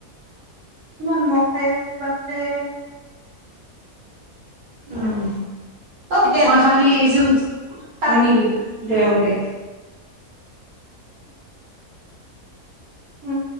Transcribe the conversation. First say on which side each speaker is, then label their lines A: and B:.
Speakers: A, on the right; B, on the right.
A: ইমান মহ খাই আছে বাপৰে
B: উম।
A: অ গেল
B: মই খালি এই যে, উঠ
A: কাট
B: হয়, নেকি? দে হ'ব দে
A: উম।